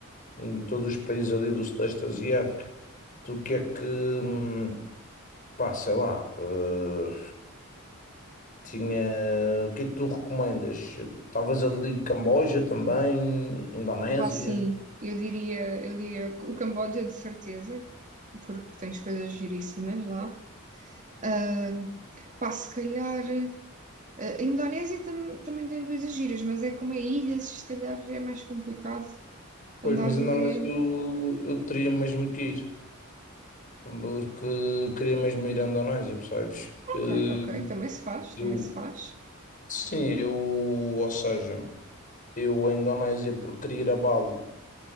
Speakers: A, on the left (about 40°); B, on the right (about 35°).
A: em todos os países ali do Sudeste Asiático. Tu que é que, hum, pá, sei lá, eh, tinha, o que é que tu recomendas? Talvez ali Camboja também, Indonésia.
B: Opa, sim, eu diria, eu diria o Camboja de certeza, porque tens coisas giríssimas lá. Ah, pá, se calhar. ah, A Indonésia tam- também tem coisas giras, mas é como é ilhas, se calhar é mais complicado
A: Pois,
B: andar
A: mas Indonésia
B: ali
A: eu, eu teria mesmo que ir. porque queria mesmo ir à Indonésia, percebes?
B: Ok,
A: Eh,
B: ok, também se faz,
A: Eu,
B: também se faz.
A: sim, eu, ou seja, eu à Indonésia porque queria ir a Bali,